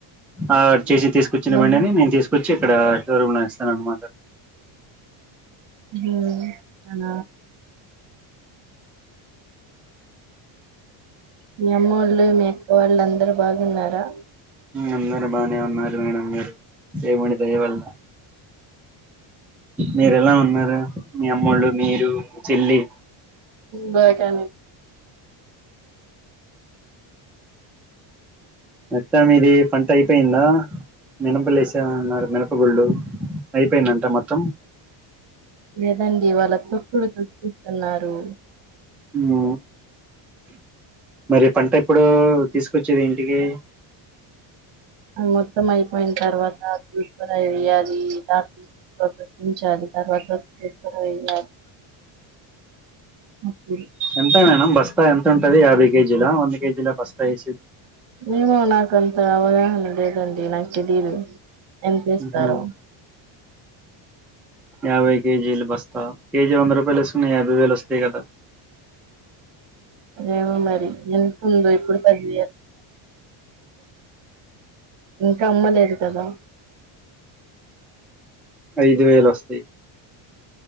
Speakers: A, in the centre; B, on the right.
A: ఆ చేసి తీసుొచ్చిన
B: ఓహో
A: బండిని నేను తీసుకొచ్చి చ్చి ఇక్కడ షోర్రుమ్ ల ఎస్తారన్నమాట
B: హు అన మీ అమ్మ వాళ్ళు మీ అక్క వాళ్ళు అందరు బాగున్నారా
A: అందరు బానే ఉన్నారుా మేడం మీారు దేవుడి దయవల్ల మీరు ఎలా ఉన్నారు మీ అమ్మోళ్ళు మీరు చిిల్లి
B: బట్ ఐ మ్ ఏ
A: మొత్తా మీది పంట అయిపోయిందా మీనపలేసామన్నారు మినప గుళ్ళు అయిపోయిందా అంత మొత్తం
B: లేదండి ఇవ్వళ తో డు చుపిిస్తున్నారు
A: హు మరి పంట ఇప్పుడు తీసుకొచ్చేది ఇంటికి
B: మొత్తం అయిపోయిన తర్వాత తూపరా వేయాలి ఆ త ప్రతకించాలి తర్వాత తూపరా వేయాలి అప్పుడు
A: ఎంత మేడం బస్ స్తా ఎంత ఉంటది యాభై కేజీలా వంద కేజీల బస్తా వేసేది
B: ఏమే నాకంత అవగాహన లేదండి నాకు తెలియదు ఎంత ఏస్తారో
A: ఆహా యాబైకేజీలు బస్త కేజీ వంద రూపాయలేసుకున్నా యాభై వేలు వస్తాయి కదా
B: ఏమో మరి ఎంత ఉందో ఇప్పుడు తగ్ ఇంకా అమ్మలేదు కదా
A: ఐదు వేలు వస్తాయి